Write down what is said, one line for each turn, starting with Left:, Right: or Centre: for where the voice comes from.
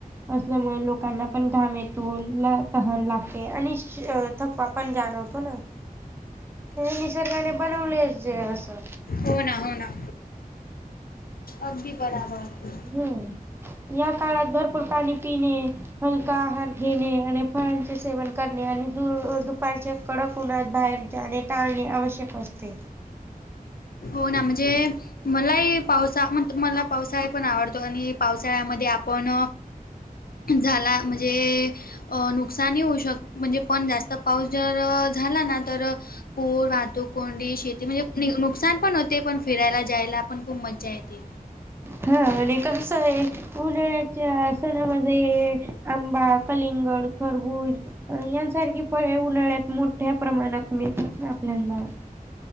Right: असल्यामुळे लोक लोकांना पण घाम येतो ला तहान लागते आणि थकवा पण जाणवतो ना निसर्गाने बनवलेच जे असं
Left: हो ना हो ना अगदी बराबर
Right: हम्म या काळात भरपूर पाणी पिणे हलका आहार घेणे आणि फळांचे सेवन करणे आणि दु दुपारचे कडक उन्हात बाहेर जाणे टाळणे आवश्यक असते
Left: हो ना म्हणजे मलाही पावसा म्ह मला पावसाळा पण आवडतो आणि पावसाळ्यामध्ये आपण झाला म्हणजे अ नुकसानही होऊ शक म्हणजे पण जास्त पाऊस जर झाला ना तर पूर वाहतूक कोंडी शेती म्हणजे नुकसान पण होते पण फिरायला जायला पण खूप मज्जा येते
Right: हा आणि कस आहे उन्हाळ्याच्या आसनामध्ये आंबा कलिंगड खरबूज यांसारखी फळे उन्हाळ्यात मोठ्या प्रमाणात मिळतात आपल्याना.